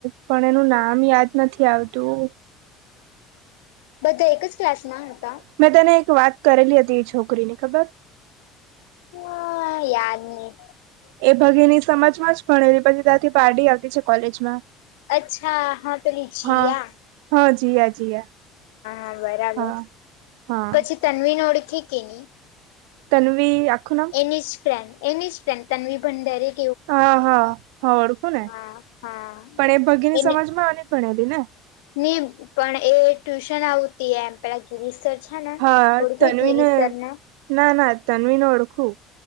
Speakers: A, on the right; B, on the left.
A: પણ એનું નામ યાદ નથી આવતું.
B: બધા એક જ ક્લાસમાં હતા?
A: મેં તને એક વાત કરેલી હતી એ છોકરી ની ખબર?
B: હા યાદ ની.
A: એ ભગીની સમજમાં જ ભણેલી પછી ત્યાંથી પાર્ટી આવતી છે કોલેજમાં.
B: અચ્છા હા તો લીચી
A: હા
B: આ.
A: હા જીયા જીયા.
B: ા બરાબર,
A: હા હા
B: પછી તનવીને ઓળખે કે નહી?
A: તનવી આખો નામ?
B: એની જ ફેનડ એની જ તનવી ભડરે
A: હા હા હા ઓળખું ને
B: હા હા
A: પણ એ ભગીની
B: એને
A: સમાજ માં આની ભણેલી ને?
B: ની પણ એ ટ્યુશન આવુતી એમ પેલા ગિરીશર છા
A: હા
B: ઓળખ
A: તન્વીને
B: ગિરીસરને?
A: ના ના તન્વીને ઓળખું